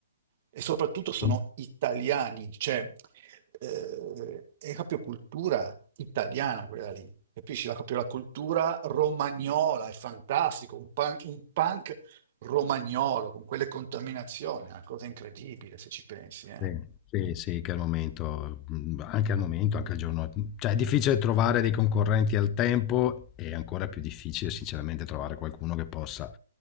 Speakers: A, on the right (about 45°); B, on the left (about 25°).
A: e soprattutto sono
B: Sì,
A: italiani, cioè eh, è proprio cultura italiana quella lì, capisci? La, proprio la cultura romagnola, è fantastico, un punk, un punk romagnolo con quelle contaminazioni, è una cosa incredibile se ci pensi, eh.
B: sì, sì, sì, che al momento, mh, anche al momento, anche al giorno, mm, cioè è difficile trovare dei concorrenti al tempo e ancora più difficile sinceramente trovare qualcuno che possa